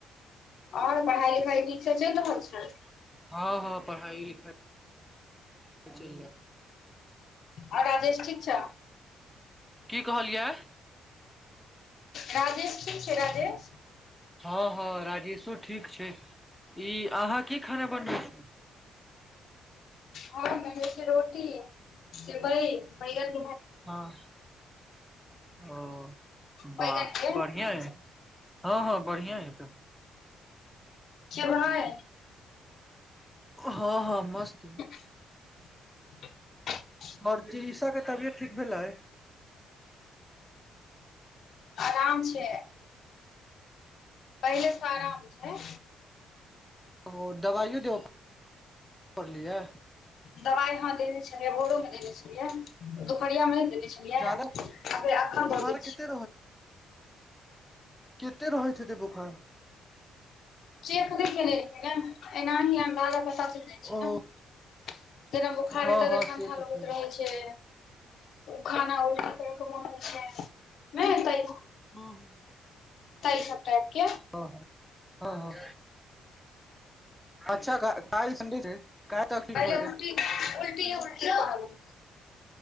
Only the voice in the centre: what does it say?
हँ हँ पढ़ाई लिखाइ अ च
की कहलियै
हँ हँ राजेशो ठीक छै ई अहाँ की खाना बनबै छी
हँ ओ बाह
बढ़ियां अइ हँ हँ बढ़ियां अइ तऽ
हँ हँ मस्त
आओर <unintelligible> के तबियत ठीक भेलैै
ओ दबाइयो देबऽ पड़लियै
जादा
बोखार
कते
केते रहैत हेतै बोखार
ओ
हँ
हँ
से तऽ
ठीक
हँ
ह ह हँ हँ अच्छा क काल्हि संडे छै काल्हि तकलीफ
होइ छै